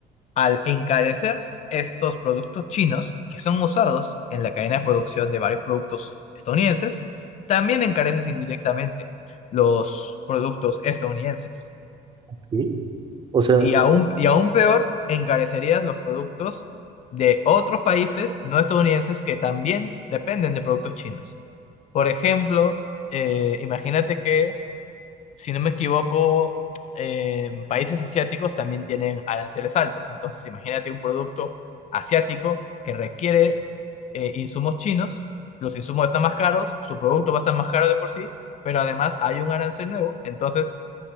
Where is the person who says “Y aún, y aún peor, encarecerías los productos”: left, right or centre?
Left